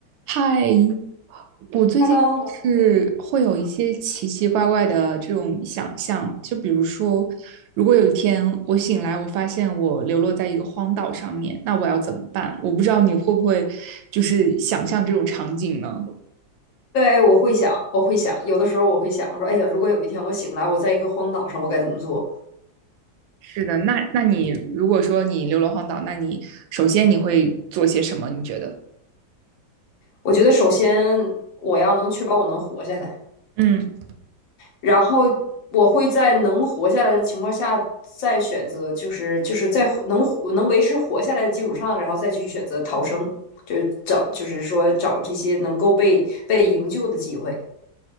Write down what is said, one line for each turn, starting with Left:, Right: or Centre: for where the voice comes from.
Right: 嗨，我最近是会有一些奇奇怪怪的这种想象，
Left: Hello，
Right: 就比如说，如果有一天我醒来，我发现我流落在一个荒岛上面，那我要怎么办？我不知道你会不会就是想象这种场景呢？
Left: 对，我会想，我会想，有的时候我会想，我说，哎呀，如果有一天我醒来，我在一个荒岛上，我该怎么做？
Right: 是的，那那你如果说你流落荒岛，那你首先你会做些什么？你觉得？
Left: 我觉得首先我要能确保我能活下来，
Right: 嗯
Left: 然后我会在能活下来的情况下，再选择，就是就是在活能活能维持活下来的基础上，然后再去选择逃生，就是找，就是说找这些能够被被营救的机会。